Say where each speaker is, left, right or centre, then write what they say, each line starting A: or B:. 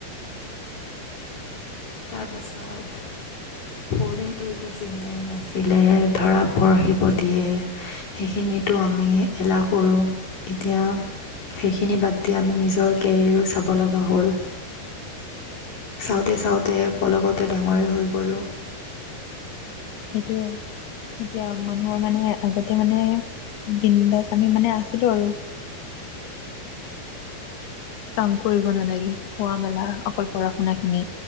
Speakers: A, on the left; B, on the left.
A: তাৰপাছত সৰুতেটো একো চিন্তাই নাছিলে, ধৰা পঢ়িব দিয়ে। সেইখিনিতো আমি এলাহ কৰোঁ, এতিয়া সেইখিনি বাদ দি আমি নিজৰ কেৰিয়াৰো চাব লগা হ'ল। চাওঁতে, চাওঁতে পলকতে ডাঙৰে হৈ গ'লোঁ।
B: সেইটোৱে, এতিয়া মানুহৰ মানে আগতে মানে বিন্দাছ আমি মানে আছিলোঁ আৰু। কাম কৰিব নালাগে। খোৱা মেলা অকল পঢ়া শুনা খিনি